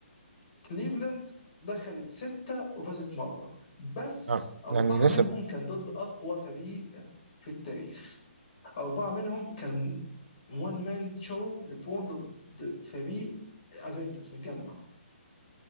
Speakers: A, on the left; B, on the right.
A: كليفلاند دخلت ستة وفازت مرة بس
B: آه.
A: أربعة
B: يعني لسه
A: منهم كان ضد أقوى فريق في التاريخ أربعة منهم كان وان مان شو لبرون ضد فريق افنجرز متجمع